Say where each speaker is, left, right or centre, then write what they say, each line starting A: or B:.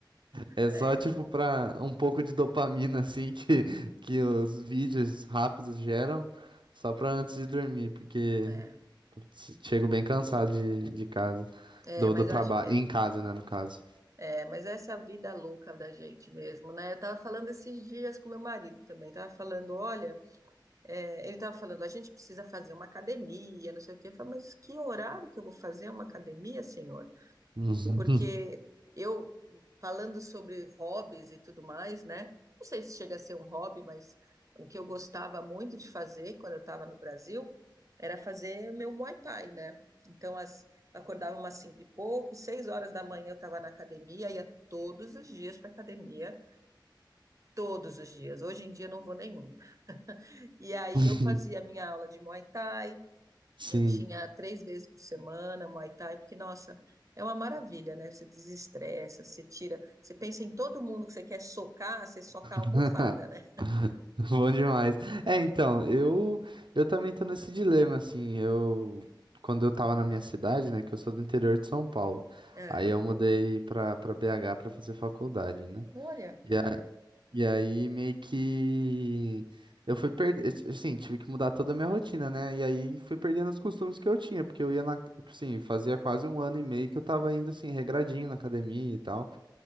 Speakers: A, on the right; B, on the right.
A: É
B: É,
A: só tipo pra um pouco de dopamina assim <laughs> que, que os vídeos rápidos geram, só pra antes de dormir, porque
B: é,
A: chego bem cansado de, de casa,
B: é,
A: do,
B: mas
A: do trabalho,
B: eu acho que é.
A: em casa, né, no caso.
B: É, mas essa é a vida louca da gente mesmo, né? Eu tava falando esses dias com meu marido também, tava falando, olha, é, ele tava falando, a gente precisa fazer uma academia, não sei o quê. Eu falei, mas que horário que eu vou fazer uma academia, senhor?
A: Uhum.
B: porque eu, falando sobre hobbies e tudo mais, né? Não sei se chega a ser um hobby, mas o que eu gostava muito de fazer quando eu estava no Brasil era fazer o meu Muay Thai, né? Então, as, eu acordava umas cinco e pouco, seis horas da manhã eu estava na academia, ia todos os dias para academia, todos os dias. Hoje em dia eu não vou nenhum. E aí
A: <laughs>
B: eu fazia a minha aula de Muay Thai,
A: Sim,
B: eu tinha três vezes por semana Muay Thai, porque, nossa, é uma maravilha, né? Você desestressa, você tira. Você pensa em todo mundo que você quer socar, você soca a almofada,
A: <laughs>
B: né?
A: bom demais. É, então, eu eu também tô nesse dilema assim, eu quando eu tava na minha cidade, né, que eu sou do interior de São Paulo.
B: É.
A: Aí eu mudei pra para BH pra fazer faculdade, né?
B: Olha.
A: E a- E aí meio que eu fui perder, assim, tive que mudar toda a minha rotina, né? E aí fui perdendo os costumes que eu tinha, porque eu ia na, assim, fazia quase um ano e meio que eu tava indo assim regradinho na academia e tal.